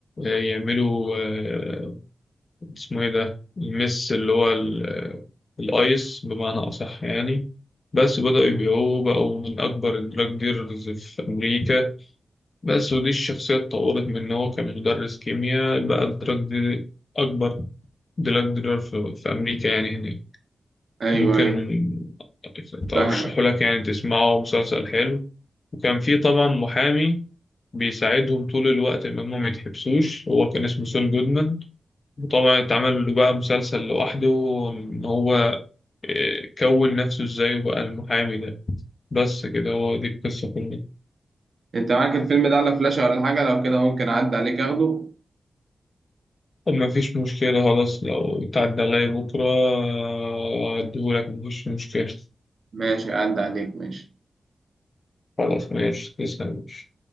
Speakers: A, on the left; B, on the right.
A: آه، يعملوا آه، اسمه ايه ده المس اللي هو ال- الايس بمعنى اصح يعني بس بدأوا يبيعوه بقوا من أكبر الدراج ديلرز في أمريكا بس ودي الشخصية اتطورت من إن هو كان مدرس كيمياء بقى دراج دي أكبر دراج ديلر في, في أمريكا يعني هناك
B: ايوه
A: ممكن
B: ايوه فاهمك
A: أرشحه لك يعني تسمعه مسلسل حلو وكان في طبعا محامي بيساعدهم طول الوقت إن هم ما يتحبسوش هو كان اسمه سول جودمان وطبعا اتعمل له بقى مسلسل لوحده إن هو آه، كون نفسه إزاي وبقى المحامي ده بس كده هو دي القصة كلها
B: انت معاك الفيلم ده على فلاشة ولا حاجة لو كده ممكن اعدي عليك اخده
A: طب ما فيش مشكلة خلاص لو اتعدى عليا بكرة آه، أديهولك مفيش مشكلة
B: ماشي اعدي عليك ماشي
A: خلاص ماشي تسلم ماشي